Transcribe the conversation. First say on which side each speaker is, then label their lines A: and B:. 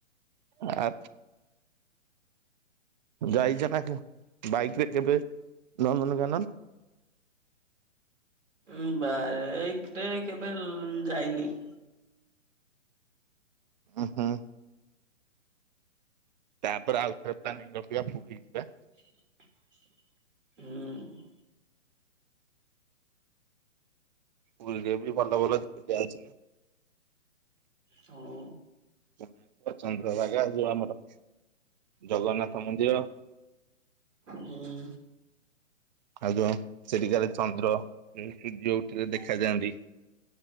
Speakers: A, on the right; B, on the right.
A: ଆ ଯାଇଛ ନା କେ ବାଇକ ରେ କେବେ ନନ୍ଦନକାନନ?
B: ଉଁ ବାଇକରେ କେବେ ଲ ଉଁ ଯାଇନି।
A: ଉଁ ହୁଁ। ତାପରେ ଆଉଥରେ ପ୍ଲାନିଙ୍ଗ ରଖିବା ପୁରୀ ଯିବା।
B: <inaudible> ହୁଁ।
A: ପୁରୀ ରେ ବି ଭଲ ଭଲ ଜାଗା ଅଛି ନା।
B: ହଉ।
A: କୋଣାର୍କ ଚନ୍ଦ୍ରଭାଗା ଯୋଉ ଆମର। ଜଗନ୍ନାଥ ମନ୍ଦିର।
B: ହୁଁ।
A: ଆଉ ଜ ସେଠି କାଳେ ଚନ୍ଦ୍ର କି ସୂର୍ଯ୍ୟ ଉଠିଲେ ଦେଖାଯାଆନ୍ତି।